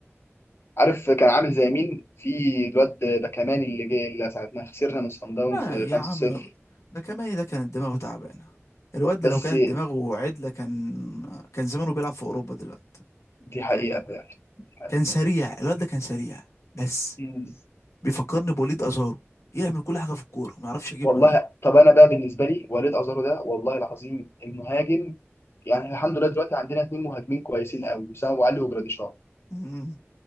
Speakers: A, on the left; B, on the left.
A: عارف كان عامل زي مين في الواد باكاماني اللي جه اللي ساعتنا خسرنا من صن داونز
B: آه يا
A: 5-0
B: عم ده كمان ده كانت دماغه تعبانه الواد ده
A: بس
B: لو كانت دماغه عدله كان كان زمانه بيلعب في اوروبا دلوقتي
A: دي حقيقة فعلا دي حقيقة
B: كان سريع الواد ده كان سريع بس
A: مم.
B: بيفكرني بوليد ازارو يعمل كل حاجه في الكوره ما يعرفش يجيب
A: والله
B: جون
A: طب أنا بقى بالنسبة لي وليد أزارو ده والله العظيم المهاجم يعني الحمد لله دلوقتي عندنا اتنين مهاجمين كويسين قوي وسام أبو علي وجراديشار
B: مم.